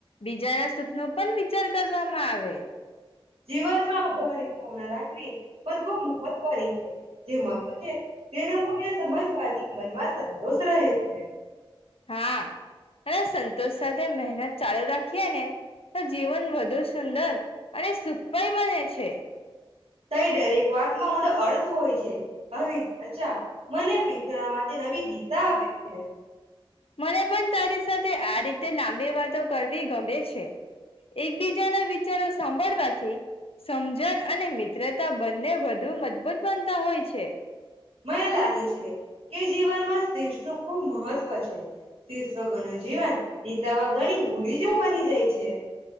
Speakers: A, on the left; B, on the right.
A: બીજાના સુખનો પણ વિચાર કરવામાં આવે.
B: જીવનમાં અભારની ભાવના રાખવી પણ ખુબ મહત્વની છે જે મુ છે તેનું મૂલ્ય સમજવાથી મનમાં સંતોષ રહે છે.
A: હા અને સંતોષ સાથે મહેનત ચાલુ રાખીએ ને તો જીવન વધુ સુંદર અને સુખાઈ બને છે.
B: તઈ દરેક વાત ન ઊંડો અર્થ હોય છે હવે ચર્ચા મને વિચાર માટે નવી દિશા આપે છે.
A: મને પણ તારી સાથે આ રીતે લાંબી વાતો કરવી ગમે છે એકબીજાના વિચારો સાંભળવાથી સમજણ અને મિત્રતા બંને વધુ મજબૂત બનતા હોય છે.
B: મને લાગે છે કે જીવનમાં દેશ નું ખુબ મહત્વ છે. શિશ્વ ગોનું જીવન દીસાવા ગણી હુંડી જેવું બની જાય છે.